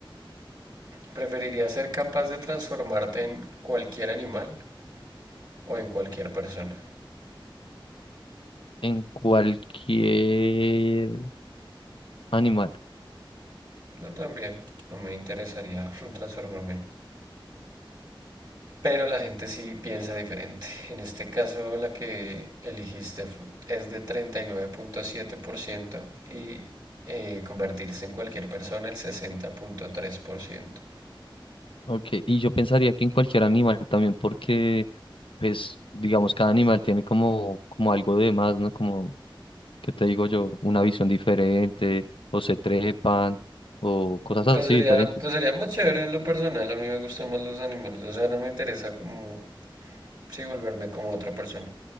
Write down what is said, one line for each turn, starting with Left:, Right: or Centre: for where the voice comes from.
Right: ¿Preferiría ser capaz de transformarte en cualquier animal o en cualquier persona?
Left: En cualquier animal.
Right: Yo también. No me interesaría <laughs> transformarme en Pero la gente sí piensa diferente. En este caso, la que elegiste fu- es de treinta y nueve punto siete por ciento y eh, convertirse en cualquier persona el sesenta punto tres por ciento
Left: Ok, y yo pensaría que en cualquier animal también porque, pues, digamos, cada animal tiene como, como algo de más, ¿no? Como que te digo yo? Una visión diferente, o se trepan, o cosas así
Right: Pues sería,
Left: diferentes.
Right: pues sería más chévere en lo personal. A mí me gustan más los animales. O sea, no me interesa como, sí, volverme como otra persona.